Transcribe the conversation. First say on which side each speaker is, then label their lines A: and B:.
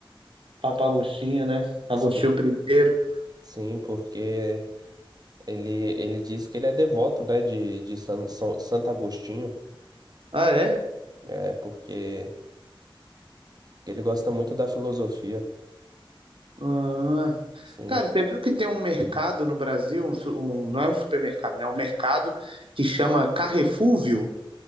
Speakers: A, on the right; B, on the right.
A: Papa Agostinho, né? Agostinho
B: Sim,
A: primeiro.
B: sim, porque ele, ele diz que ele é devoto, né, de, de San, São, Santo Agostinho,
A: Ah, é?
B: é, porque, porque ele gosta muito da filosofia,
A: Ah.
B: sim.
A: Cara, você viu que tem um mercado no Brasil, um su- um- não é um supermercado, né? É um mercado que chama Carrefúvio.